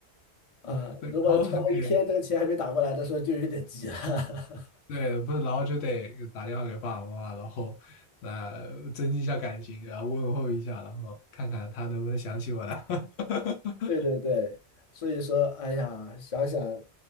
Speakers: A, on the left; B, on the left.
A: 啊、
B: 对，
A: 如果超过一天，
B: 然后给
A: 这个钱还没打过来的时候，就有点急了。<laughs>
B: 对不是，然后就得打电话给爸爸妈妈，然后来增进一下感情，然后问候一下，然后看看他能不能想起我来。<laughs>
A: 对对对，所以说，哎呀，想想